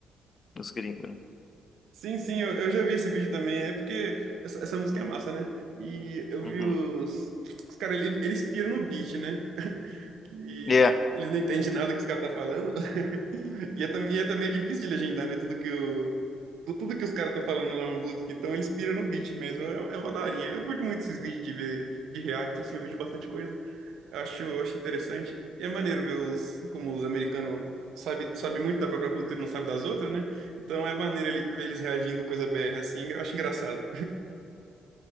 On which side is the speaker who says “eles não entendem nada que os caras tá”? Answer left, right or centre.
Right